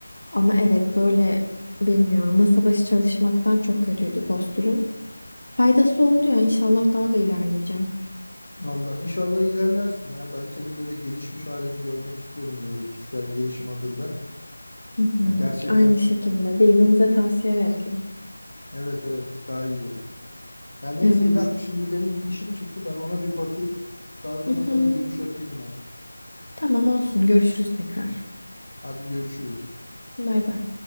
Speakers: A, on the left (about 85°); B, on the left (about 70°).
A: Ama evet böyle bilmiyorum. Masa başı çalışmaktan çok kötüydü postürüm. Faydası oldu ya inşallah daha da ilerleyeceğim.
B: Vallahi inşallah ilerlersin ya. Ben senin böyle gelişmiş halini görmek istiyorum böyle kişisel gelişim adında.
A: Hı hı.
B: Ya gerçekten
A: Aynı şekilde birbirimize tavsiye verelim.
B: evet evet daha iyi olur. Ya neyse
A: Evet.
B: İrem şimdi benim bir işim çıktı. Ben ona bir bakayım. Daha sonra
A: Hı hı.
B: sana dönüş yapayım ben.
A: Tamam olsun. Görüşürüz tekrar.
B: Hadi görüşürüz.
A: Bay bay.